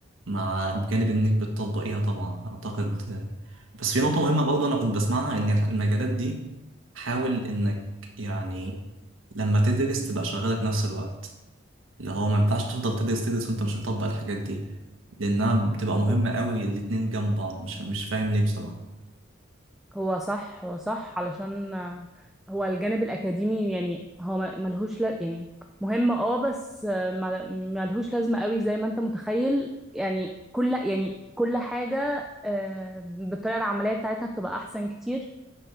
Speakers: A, on the right; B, in the centre.
A: مع بجانب إنك بتطبقيها طبعا أعتقد آه، بس في نقطة مهمة برضه أنا كنت بسمعها إن المجالات دي حاول إنك يعني لما تدرس تبقى شغالة في نفس الوقت اللي هو ما ينفعش تفضل تدرس تدرس وانت مش مطبق الحاجات دي لانها بتبقى مهمه
B: هو
A: قوي الاتنين جنب بعض مش مش فاهم ليه بصراحه
B: هو صح هو صح علشان آه، هو الجانب الأكاديمي يعني هو م- ملهوش ل... يعني مهم اه بس آه، ما- ملهوش لازمة قوي زي ما انت متخيل يعني كل يعني كل حاجة آه، بالطريقة العملية بتاعتها بتبقى أحسن كتير